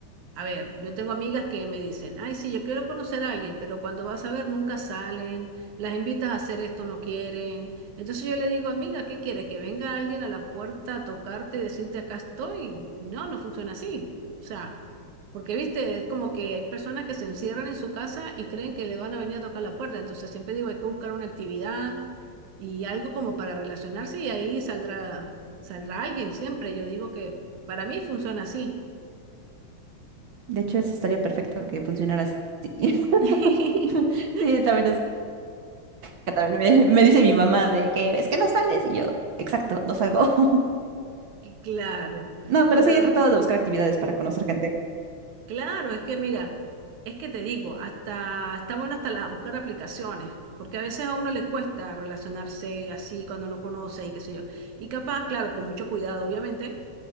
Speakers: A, on the right; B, on the right.
A: A ver, yo tengo amigas que me dicen, ay, sí, yo quiero conocer a alguien, pero cuando vas a ver nunca salen, las invitas a hacer esto, no quieren. Entonces yo le digo, amiga, ¿qué quieres? ¿Que venga alguien a la puerta a tocarte y decirte acá estoy? Y no, no funciona así. O sea, porque viste, es como que hay personas que se encierran en su casa y creen que le van a venir a tocar la puerta. Entonces siempre digo, hay que buscar una actividad y algo como para relacionarse y ahí saldrá, saldrá alguien siempre. Yo digo que para mí funciona así.
B: De hecho, eso estaría perfecto que funcionara así. <laughs>
A: <laughs>
B: Sí, también es catalán. Me, me dice mi mamá de que es que no sales y yo, exacto, no salgo. <laughs>
A: Y Claro,
B: No, pero
A: pero
B: sí he tratado de buscar actividades para conocer gente.
A: claro, es que mira, es que te digo, hasta está bueno hasta la- buscar aplicaciones, porque a veces a uno le cuesta relacionarse así cuando no conoces y qué sé yo. Y capaz, claro, con mucho cuidado, obviamente,